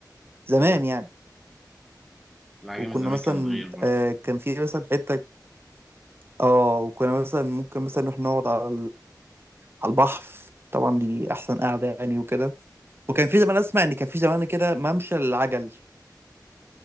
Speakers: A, on the right; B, in the centre.
A: زمان
B: أمم،
A: يعني
B: العجمي
A: وكنا
B: زمان
A: مثلا
B: كان صغير برضه
A: آه كان في مثلا حته اه وكنا مثلا ممكن مثلا نروح نقعد على على البحر طبعا دي احسن قعده يعني وكده وكان في زمان اسمع ان كان في زمان كده ممشى العجل